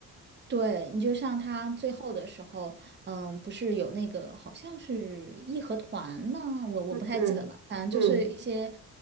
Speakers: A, on the right (about 25°); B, on the right (about 70°).
A: 对，你就像他最后的时候，嗯，不是有那个好像是义和团吗？我我不太记得了，
B: 嗯嗯嗯
A: 反正就是一些